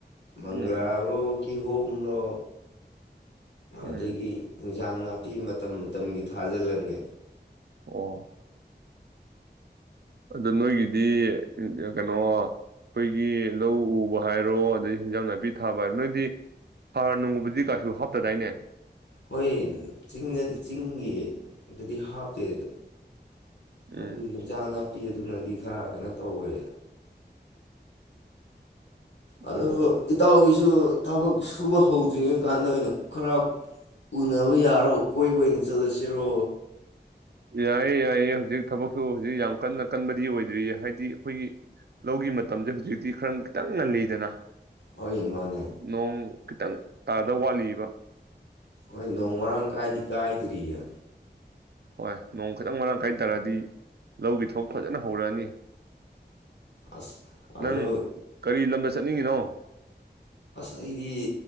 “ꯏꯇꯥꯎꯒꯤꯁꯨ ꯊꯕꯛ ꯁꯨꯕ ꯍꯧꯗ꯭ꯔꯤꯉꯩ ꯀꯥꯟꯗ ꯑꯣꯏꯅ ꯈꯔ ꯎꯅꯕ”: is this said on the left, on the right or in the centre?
Left